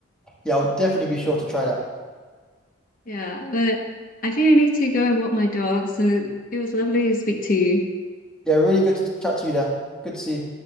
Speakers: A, in the centre; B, on the left (about 40°).
A: yeah. I'll definitely be sure to try that.
B: Yeah, but I think I need to go and walk my dog, so it was lovely to speak to you.
A: Yeah, really good to chat to you there. Good to see you.